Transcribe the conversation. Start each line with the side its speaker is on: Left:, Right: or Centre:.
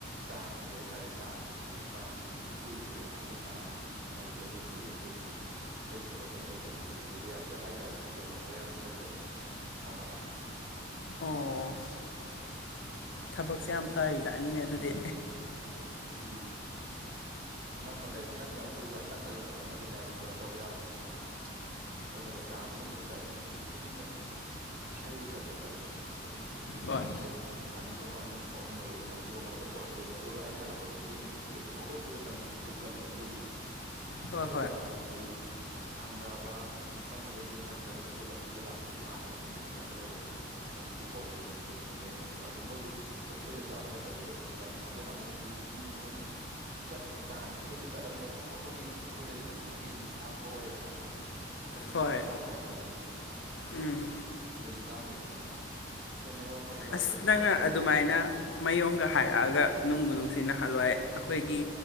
Right: ꯀꯥꯡ ꯒꯤ ꯍꯥꯏꯇꯥꯔꯦ ꯀꯥꯡꯒꯤ ꯀꯥꯡ ꯆꯤꯡꯕꯖꯦ ꯀꯨꯏꯗ꯭ꯔꯦꯗꯅ ꯑꯗꯨꯅ ꯑꯩꯖꯦ ꯑꯗꯨꯒꯤ ꯑꯈꯣꯏꯒꯤ ꯏꯁꯩ ꯈꯔ ꯇꯝꯊꯣꯛ ꯇꯝꯖꯤꯟꯒꯤ ꯑꯈꯣꯏ ꯔꯤꯌꯥꯁꯦꯜ ꯍꯥꯏꯇꯥꯔꯦ ꯑꯗꯨꯒꯤ ꯑꯃꯨꯛ ꯍꯣꯔꯦꯟ ꯑꯃꯨꯛ ꯆꯠꯀꯅꯤ ꯃꯊꯪ ꯃꯊꯪ
Left: ꯑꯣ ꯊꯕꯛꯁꯦ ꯌꯥꯝ ꯐꯔꯤꯖꯥꯠꯅꯤꯅꯦ ꯑꯗꯨꯗꯤ
Right: ꯎꯝ ꯅꯛꯅ <unintelligible> ꯅꯛꯌꯥꯕ ꯑꯩꯈꯣꯏꯖꯦ ꯌꯥꯝ ꯅꯛꯅ ꯂꯩꯅꯔꯝꯃꯗꯤꯅꯦ ꯑꯗꯨꯝ ꯀꯩꯅꯣ ꯇꯧꯕ ꯌꯥꯕꯅꯤ ꯎꯝ ꯑꯩꯈꯣꯏꯅꯒ ꯀꯥꯡ ꯃꯅꯨꯡꯒꯗꯤ ꯀꯥꯏ ꯅꯨꯡꯇꯤ ꯑꯩꯈꯣꯏꯅ ꯁꯨꯝ ꯏꯁꯩꯒ ꯆꯠꯄꯖꯦ ꯑꯗꯨꯝ ꯈꯦꯁꯤ
Left: ꯍꯣꯏ
Right: ꯃꯌꯣꯝꯖꯦ ꯑꯅꯤ ꯍꯨꯝ ꯑꯅꯤ ꯍꯨꯝ ꯑꯍꯨꯝ ꯃꯔꯤ ꯑꯍꯨꯝ ꯃꯔꯤ ꯌꯣꯝꯃꯒ ꯑꯗꯨꯝ ꯄꯨꯔꯛꯇꯣꯏꯅꯦ ꯑꯗꯨꯒ ꯑꯩꯅ ꯍꯜꯂꯛ ꯄꯗꯥꯗꯤ ꯌꯨꯝꯒꯤ ꯃꯤꯗꯤ ꯂꯣꯏ ꯇꯨ ꯑꯩꯈꯣꯏꯗꯤ ꯑꯗꯨꯝ ꯉꯟ ꯉꯟꯅ ꯇꯨꯝꯒꯜꯂꯦꯕ ꯌꯨꯝꯒꯤꯗꯤ
Left: ꯍꯣꯏ
Right: ꯑꯗꯨꯒ
Left: ꯍꯣꯏ
Right: ꯑꯩꯈꯣꯏꯒꯤ ꯊꯪꯅꯕ ꯌꯨꯝꯊꯪꯅꯕꯖꯤꯡ ꯅꯠꯇ꯭ꯔꯒꯅ ꯑꯩꯈꯣꯏ ꯂꯝꯕꯤꯗ ꯂꯥꯛꯄꯗ ꯏꯃꯥꯟꯅꯕ ꯁꯨꯝ ꯊꯦꯡꯅꯕ ꯂꯩꯔꯒꯗꯤ ꯑꯗꯨꯝ ꯄꯤꯊꯣꯛꯑꯝꯗꯣꯏꯅꯦ ꯈꯦꯆꯤꯖꯦ ꯃꯌꯣꯝ ꯃꯌꯣꯝ ꯑꯗꯨ ꯃꯣꯏꯗꯤ ꯁꯨꯝ ꯇꯣꯏꯅ ꯆꯥꯕ ꯅꯠꯇꯝꯅꯤꯅ ꯑꯗꯨꯝ ꯆꯥꯅꯤꯡꯕ ꯑꯩꯈꯣꯏꯅ ꯑꯃꯨꯛ ꯅꯨꯛ ꯇꯤꯒꯤ ꯁꯨꯝ ꯑꯩꯈꯣꯏꯅꯤ ꯆꯠꯂ ꯀꯥꯡꯒꯤ ꯏꯁꯩꯒꯤ ꯆꯠꯂꯝꯅꯤꯅ ꯁꯨꯝ ꯑꯩꯈꯣꯏꯒꯤ ꯑꯩꯈꯣꯏꯗꯗꯤ ꯑꯗꯨꯝ ꯅꯨꯡꯇꯤꯒꯤ ꯐꯪꯕ ꯑꯣꯏꯔꯦꯗꯅ ꯑꯗꯨꯅꯅꯦ ꯁꯨꯝ
Left: ꯍꯣꯏ
Right: ꯊꯋꯥ ꯁꯥꯔꯛꯇꯕꯗꯣ ꯑꯗꯨꯒꯤ
Left: ꯎꯝ
Right: ꯅꯣꯏꯖꯨ ꯅꯛꯑꯝꯃꯗꯤꯅꯦ ꯁꯦ ꯃꯌꯣꯝ ꯑꯃꯥꯅꯤ ꯃꯔꯛꯇ
Left: ꯑꯁ
Right: ꯑꯗꯨꯝ
Left: ꯅꯪꯅ
Right: ꯀꯥꯏ ꯄꯤꯔꯛ
Left: ꯑꯗꯨꯃꯥꯏꯅ
Right: ꯌꯥꯕꯅꯤ
Left: ꯃꯌꯣꯝꯒ ꯍꯥꯏꯔꯛꯑꯒ ꯅꯨꯡꯕꯨ ꯅꯨꯡꯁꯤ ꯅꯍꯥꯜꯋꯥꯏ ꯑꯩꯈꯣꯏꯒꯤ